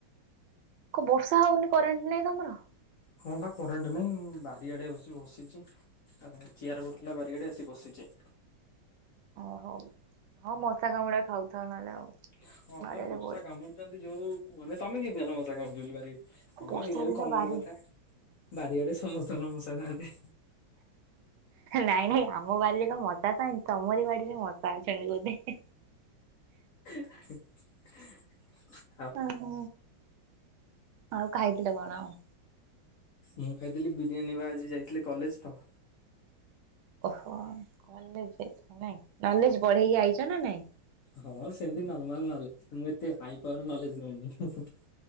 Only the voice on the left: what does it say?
ହଁ ବା କରେଣ୍ଟ ନାଇଁ ବାରି ଆଡେ ଆସି ବସିଛି ଆ ଚିଆର ପଡ଼ିଥିଲା ବାରି ଆଡ଼େ ଆସି ବସିଛି।
ହଁ
ବା ମଶା
କାମୁଡୁଛନ୍ତି ଯୋଉ ମାନେ ତମେ କେମିତି ଜାଣିଲ ମଶା କାମୁଡୁଥିଲ ବୋଲି ବାରି
ହଁ ଏଇଟା ବି
କମନ
କଥା ବାରିଆଡେ ସମସ୍ତଙ୍କର ମଶା ଥାନ୍ତି।
<inaudible>
ମୁଁ ଖାଇଥିଲି ବିରିୟାନୀ ବା ଆଜି ଯାଇଥିଲି କଲେଜ ତ
ହଁ ସେମିତି ନର୍ମାଲ ନଲେଜ ମୁ ଏତେ ହାଇ ପାୱାର ନଲେଜ ନଉନି ହୁ ହୁ